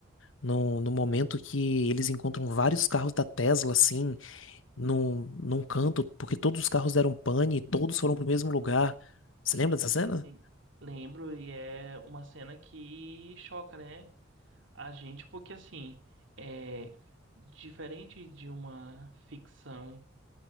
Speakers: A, on the left (about 75°); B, on the right (about 70°).
A: No, no momento que eles encontram vários carros da Tesla, assim, num, num canto, porque todos os carros deram pane e todos foram pro mesmo lugar. Você lembra dessa cena?
B: Sim. Lembro, e é uma cena que choca, né? A gente, porque assim, é diferente de uma ficção